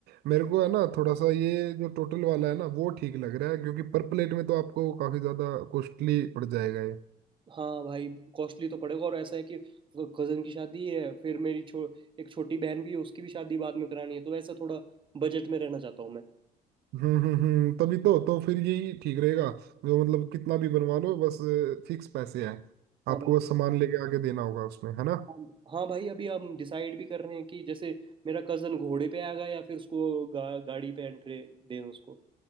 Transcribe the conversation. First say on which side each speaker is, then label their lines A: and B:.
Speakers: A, on the right; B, on the right.
A: मेरे को है ना थोड़ा सा ये जो टोटल वाला है ना वो ठीक लग रहा है क्योंकि पर प्लेट में तो आपको काफी ज्यादा कॉस्टली पड़ जाएगा ये
B: हाँ भाई कॉस्टली तो पड़ेगा और ऐसा है कि कजन की शादी है फिर मेरी छो, एक छोटी बहन भी है उसकी भी शादी बाद में करानी है तो ऐसा थोड़ा बजट में रहना चाहता हूँ मैं
A: हम्म हम्म हम्म तभी तो तो फिर यही ठीक रहेगा जो मतलब कितना भी बनवा लो बस फिक्स पैसे हैं
B: हाँ
A: आपको
B: भाई
A: बस सामान लेके आके देना होगा उसमें है ना
B: हाँ हाँ भाई अभी हम डिसाइड भी कर रहे हैं कि जैसे मेरा कजन घोड़े पे आएगा या फिर उसको गा, गाड़ी पे एंट्री दें उसको